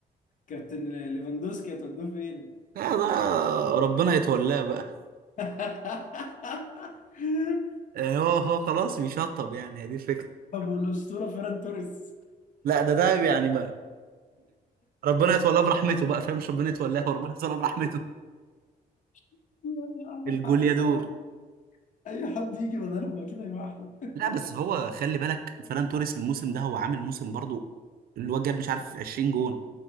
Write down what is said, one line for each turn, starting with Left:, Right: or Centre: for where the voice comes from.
Left: كابتن ليفاندوسكي هتودوه فين؟
Right: آه ده ربنا يتولاه بقى
Left: <laughs>
Right: آه، هو هو خلاص بيشطب يعني هي دي الفكره
Left: طب والاسطوره فيران توريس
Right: لا ده ده يعني ربنا يتولاه برحمته بقى فاهم مش ربنا يتولاه وربنا يتولاه برحمته
Left: <laughs> لا، عندك
Right: الجوليادور
Left: حق الصراحه اي حد يجي بدلهم اكيد هيبقى احلى
Right: لا بس هو خلي بالك فران توريس الموسم ده هو عامل موسم برضو الواد جاب مش عارف 20 جون